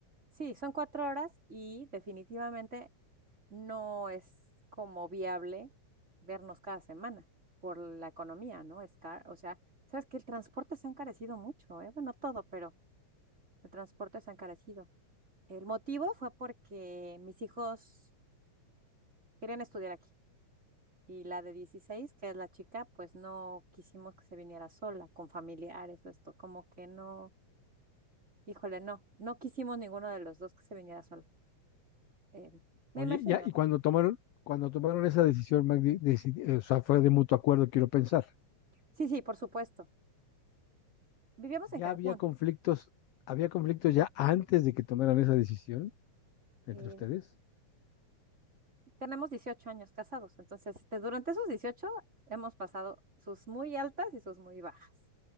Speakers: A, on the right; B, on the left.
A: Sí, son cuatro horas y definitivamente no es como viable vernos cada semana por la economía, ¿no? Es car- o sea, sabes que el transporte se ha encarecido mucho, ¿eh? Bueno, todo, pero el transporte se ha encarecido. El motivo fue porque mis hijos querían estudiar aquí y la de 16, que es la chica, pues no quisimos que se viniera sola, con familiares o esto, como que no, híjole, no, no quisimos ninguno de los dos que se viniera sola. eh, me
B: Oye,
A: imagino,
B: ya, y cuando
A: ¿no?
B: tomaron, cuando tomaron esa decisión, Magdi, decidi- o sea, fue de mutuo acuerdo, quiero pensar.
A: Sí, sí, por supuesto. Vivíamos en
B: ¿Ya
A: Cancún.
B: había conflictos, había conflictos ya antes de que tomaran esa decisión entre
A: eh,
B: ustedes?
A: tenemos 18 años casados, entonces este, durante esos 18 hemos pasado sus muy altas y sus muy bajas,